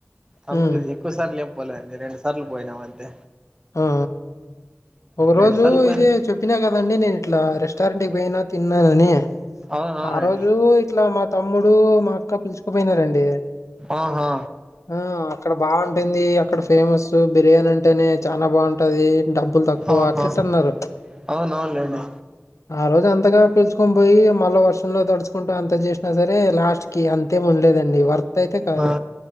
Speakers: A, on the right (about 15°); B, on the left (about 85°).
A: అందుకు
B: హ్మ్.
A: ఎక్కువ సార్లు లేపోలేండి. రెండు సార్లు పోయినామ అంతే
B: ఆ ఒక రోజు
A: రెండు సార్లు పోయినా
B: ఇదే చెప్ తిన కదండి. నేను ఇట్లా రెస్టారెంట్ కి పోయినా తిన్నానని
A: అవును అవునండి
B: ఆ రోజు ఇట్లా మా తమ్ముడు మా అక్క పిలుచుకోపోయినారండి.
A: ఆహా
B: ఆ అక్కడ బాగుంటుంది. అక్కడ ఫేమస్ బిర్యానీ అంటేనే చాలా బాగుంటది. డబ్బులు తక్కువ
A: ఆహా
B: అట్లా ఇట్ల అన్నారు.
A: అవునవునులేండి
B: ఆ రోజు అంతగా పిలుుకొని పోయి మళ్ళా వర్షంలో తడుచుకుంటూ అంత చేసినా సరే లాస్ట్ కి అంతేం ఉండలేదండి. వర్త్ అయితే కాదు
A: ఆ